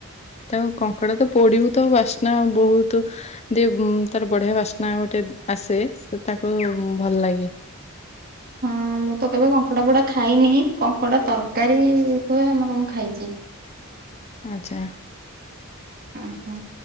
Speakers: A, on the left; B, on the right.
A: ତାକୁ କଙ୍କଡା ତ ପୋଡିବୁ ତ ବାସ୍ନା ବହୁତ ଦ ତାର ବଢିଆ ବାସ୍ନା ଗୋଟେ ଆସେ ତାକୁ ଭଲ ଲାଗେ
B: ହଁ ମୁଁ ତ କେବେ କଙ୍କଡା ପୋଡା ଖାଇନି କଙ୍କଡା ତରକାରୀ ହୁଏ ଆମର ମୁଁ ଖାଇଛି
A: ଆଛା
B: ହୁଁ ହୁଁ